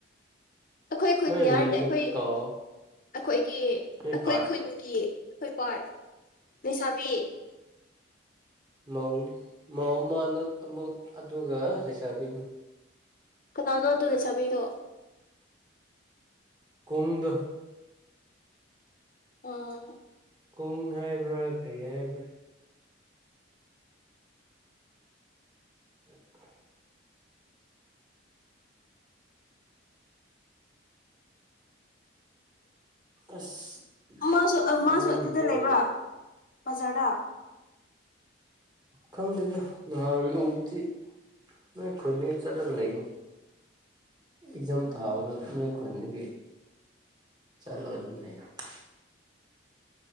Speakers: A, on the left; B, on the right.
A: ꯑꯩꯈꯣꯏ ꯈꯨꯟꯒꯤ
B: ꯃꯣꯏ
A: ꯍꯥꯏꯔꯗꯤ
B: ꯃꯤꯡꯗꯨ
A: ꯑꯩꯈꯣꯏ
B: ꯀꯥꯎ
A: ꯑꯩꯈꯣꯏꯒꯤ
B: ꯅꯣꯏ
A: ꯑꯩꯈꯣꯏ
B: ꯄꯥꯔꯠꯀꯤ
A: ꯈꯨꯟꯒꯤ ꯑꯩꯈꯣꯏ ꯄꯥꯔꯠ ꯂꯩꯁꯥꯕꯤ
B: ꯧꯅꯤ ꯃꯧ ꯑꯃ ꯑꯃꯨꯛ ꯑꯗꯨꯒ ꯂꯩꯁꯥꯕꯤ ꯑꯃ
A: ꯀꯅꯥꯅꯣꯗꯣꯅ ꯆꯥꯕꯤꯗꯣ
B: ꯀꯨꯡꯗ
A: ꯑꯥ
B: ꯀꯨꯡ ꯍꯥꯏꯕ꯭ꯔꯥ ꯀꯔꯤ ꯍꯥꯏꯕ꯭ꯔꯥ ꯑꯥ ꯑꯁ
A: ꯃꯥꯁꯨ
B: ꯉꯔꯥꯡ
A: ꯃꯥꯁꯨ ꯑꯗꯨꯗ
B: ꯕꯣꯜ
A: ꯂꯩꯕ꯭ꯔꯥ ꯕꯖꯥꯔꯗ
B: ꯈꯪꯗꯦꯗ ꯅꯍꯥꯟ ꯎꯕꯗꯤ ꯅꯣꯏ ꯈꯨꯣꯏꯒ ꯆꯠꯂꯒ ꯂꯩꯅꯤ ꯑꯦꯛꯖꯥꯝ
A: ꯎꯝ
B: ꯊꯥꯕꯗ ꯅꯣꯏ ꯃꯅꯤꯒꯤ ꯆꯂ ꯋꯥꯔ ꯃꯇꯨꯡꯏꯟꯅ <inaudible>